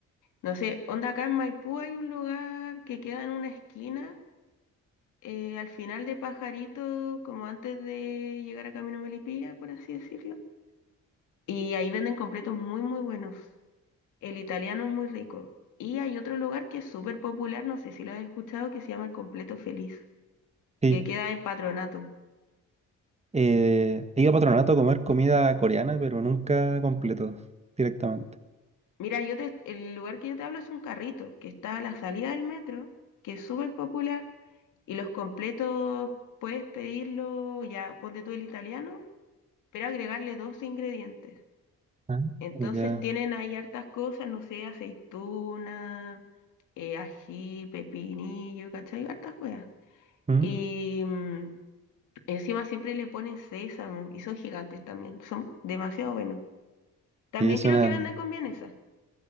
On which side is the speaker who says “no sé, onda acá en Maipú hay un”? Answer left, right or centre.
Left